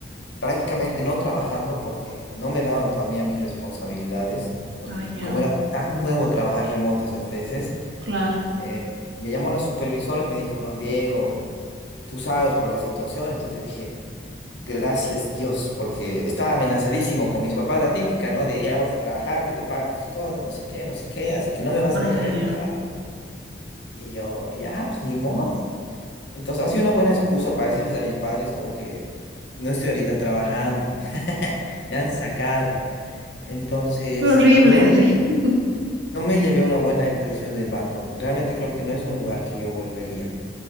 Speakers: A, on the left; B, on the right.
A: prácticamente no trabajando porque no me daban todavía mis responsabilidades, porque
B: Ah, ya,
A: como era tan nuevo trabajar remoto esas veces,
B: claro.
A: eh, me llamó la supervisora y me dijo, no, Diego, tú sabes por la situación, entonces yo dije... Gracias Dios, porque estaba amenazadísimo con mis papás, la típica, ¿no? De ya vas a trabajar, que te pagas tus cosas, no sé qué, no sé qué, así que no me vas
B: Ah,
A: a dejar
B: ya.
A: el trabajo. Y yo, ya, pues ni modo. Entonces, ha sido una buena excusa para decirles a mis padres como que no estoy ahorita trabajando, <laughs> me han sacado. Entonces,
B: Fue horrible,
A: no,
B: así. <laughs>
A: no me llevé una buena impresión del banco. Realmente creo que no es un lugar que yo volvería,